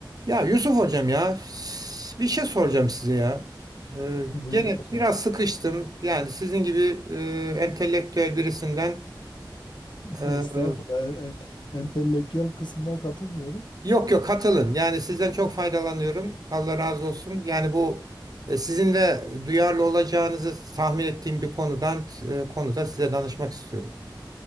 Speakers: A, on the right; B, on the left.
A: Ya Yusuf hocam ya bir şey soracağım size ya. Ee,
B: Buyurun
A: gene
B: hocam.
A: biraz sıkıştım. Yani sizin gibi e, entelektüel birisinden
B: <laughs>
A: e,
B: Estağfurullah. En- en- entelektüel kısmına katılmıyorum.
A: yok yok katılın.
B: <laughs>
A: Yani sizden çok faydalanıyorum. Allah razı olsun. Yani bu e, sizin de duyarlı olacağınızı tahmin ettiğim bir konudan e, konuda size danışmak istiyorum.